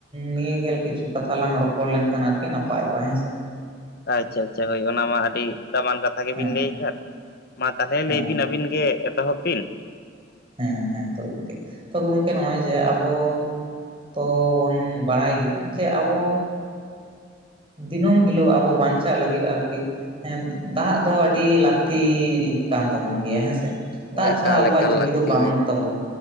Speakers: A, on the right; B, on the left.
A: ᱱᱤᱭ ᱜᱮ ᱠᱤᱪᱷᱩ ᱠᱟᱛᱷᱟ ᱞᱟᱝ ᱨᱚᱯᱚᱲ ᱞᱮᱱᱠᱷᱟᱱ ᱟᱨᱠᱤ ᱱᱟᱯᱟᱭᱚᱜᱼᱟ ᱦᱮᱸ ᱥᱮ
B: ᱟᱪᱷᱟ ᱟᱪᱷᱟ ᱦᱳᱭ ᱚᱱᱟ ᱢᱟ ᱟᱹᱰᱤ ᱫᱟᱢᱟᱱ ᱠᱟᱛᱷᱟ ᱜᱮᱵᱤᱱ
A: ᱦᱮᱸ
B: ᱞᱟᱹᱭ ᱠᱟᱫ ᱢᱟ ᱛᱟᱦᱚᱞᱮ
A: ᱦᱮᱸ
B: ᱞᱟᱹᱭ ᱵᱤᱱ ᱟᱹᱵᱤᱱ ᱜᱮ ᱮᱛᱚᱦᱚᱵ ᱵᱤᱱ
A: ᱦᱮᱸ ᱦᱮᱸ ᱛᱚᱵᱮ ᱴᱷᱤᱠ ᱛᱚᱵᱮ ᱜᱚᱝᱠᱮ ᱱᱚᱜᱼᱚᱭ ᱡᱮ ᱟᱵᱚ ᱛᱚᱻ ᱵᱚᱱ ᱵᱟᱲᱟᱭ ᱜᱮᱭᱟ ᱡᱮ ᱟᱵᱚ ᱫᱤᱱᱟᱹᱢ ᱦᱤᱞᱳᱜ ᱟᱵᱚ ᱵᱟᱧᱪᱟᱜ ᱞᱟᱹᱜᱤᱫ ᱟᱨᱠᱤ ᱦᱮᱸ ᱫᱟᱜ ᱫᱚ ᱟᱹᱰᱤ ᱞᱟ ᱼᱛᱤ ᱠᱟᱱ ᱛᱟᱵᱚᱱ ᱜᱮᱭᱟ ᱦᱮᱸᱥᱮ ᱫᱟᱜ
B: ᱮᱠᱟᱞ
A: ᱪᱷᱟᱲᱟ ᱟᱵᱚᱣᱟᱜ
B: ᱮᱠᱟᱞ
A: ᱡᱤᱣᱤ
B: ᱞᱟᱹᱠᱛᱤ
A: ᱵᱩᱱᱩᱜ
B: ᱜᱮ
A: ᱛᱟᱵᱚᱱ